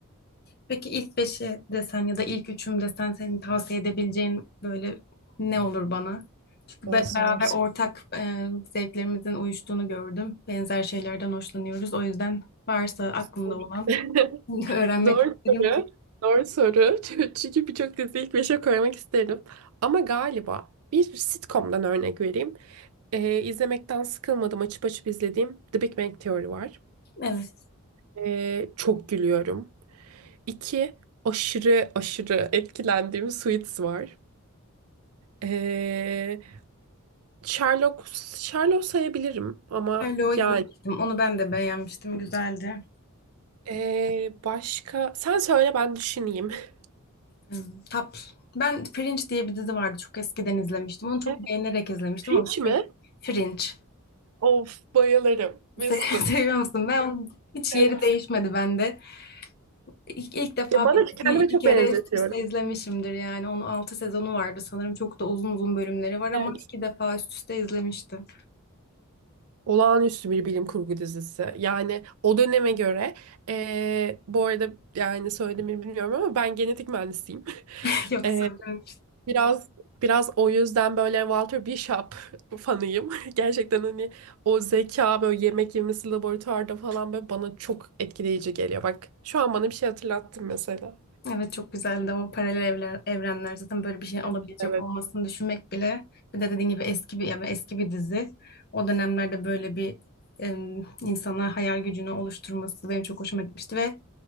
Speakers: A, on the left; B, on the right.
A: Peki ilk beşi desen ya da ilk üçüm desen senin tavsiye edebileceğin böyle ne olur bana? Çünkü
B: O
A: be-
B: zor.
A: beraber ortak e, zevklerimizin uyuştuğunu gördüm. Benzer şeylerden hoşlanıyoruz. O yüzden varsa aklında
B: zor.
A: olan
B: <laughs>
A: <laughs> öğrenmek
B: Zor
A: isterim.
B: soru. Zor soru. <laughs> Çünkü birçok diziyi ilk beşe koymak isterim. Ama galiba bir sitcom'dan örnek vereyim. Ee, izlemekten sıkılmadım. Açıp açıp izlediğim The Big Bang Theory var.
A: Evet.
B: Ee, çok gülüyorum. İki, aşırı aşırı etkilendiğim Suits var. Ee, Sherlock, Sherlock sayabilirim ama
A: Sherlock'u izlemiştim.
B: yani
A: Onu ben de beğenmiştim. Güzeldi.
B: ee, başka... Sen söyle ben düşüneyim. <laughs>
A: Hmm, Tap. Ben Fringe diye bir dizi vardı. Çok eskiden izlemiştim. Onu çok
B: Evet.
A: beğenerek izlemiştim
B: Fringe
A: ama
B: mi?
A: Fringe.
B: Of bayılırım. Winston.
A: Se <laughs> seviyor musun? Ben onun hiç
B: Bayılırım.
A: yeri değişmedi bende. İlk, ilk defa
B: Ya bana
A: bir
B: kendime
A: diziyi iki
B: çok
A: kere
B: benzetiyorum.
A: üst üste izlemişimdir yani. Onun altı sezonu vardı sanırım. Çok da uzun uzun bölümleri var ama
B: Evet.
A: iki defa üst üste izlemiştim.
B: Olağanüstü bir bilim kurgu dizisi. Yani o döneme göre eee, bu arada yani söylediğimi bilmiyorum ama ben genetik mühendisiyim. <laughs>
A: <laughs> Yok
B: Eee,
A: söyle.
B: biraz biraz o yüzden böyle Walter Bishop fanıyım. <laughs> Gerçekten hani o zeka böyle yemek yemesi laboratuvarda falan böyle bana çok etkileyici geliyor. Bak şu an bana bir şey hatırlattın mesela.
A: Evet çok güzeldi o paralel evler, evrenler zaten böyle bir şey
B: Evet.
A: olabilecek
B: evet.
A: olmasını düşünmek bile bir de dediğin gibi eski bir yani eski bir dizi o dönemlerde böyle bir em, insana hayal gücünü oluşturması benim çok hoşuma gitmişti ve